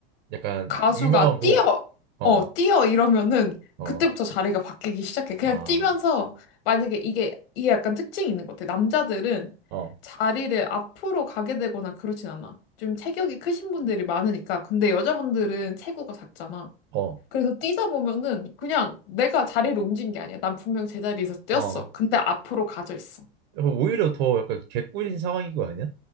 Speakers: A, on the right (about 60°); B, on the left (about 65°).
A: 약간
B: 가수가
A: 유명한 곡.
B: 뛰어!
A: 어,
B: 어, 뛰어! 이러면은
A: 어.
B: 그때부터 자리가 바뀌기 시작해. 그냥
A: 아,
B: 뛰면서 만약에 이게, 이게 약간 특징이 있는 것 같아. 남자들은
A: 어,
B: 자리를 앞으로 가게 되거나 그렇진 않아. 좀 체격이 크신 분들이 많으니까. 근데 여자분들은 체구가 작잖아.
A: 어,
B: 그래서 뛰다 보면은 그냥 내가 자리를 옮긴 게 아니야. 난 분명 제자리에서 뛰었어.
A: 어.
B: 근데 앞으로 가져 있어.
A: 야, 오히려 더 약간 개꿀인 상황인 거 아니야?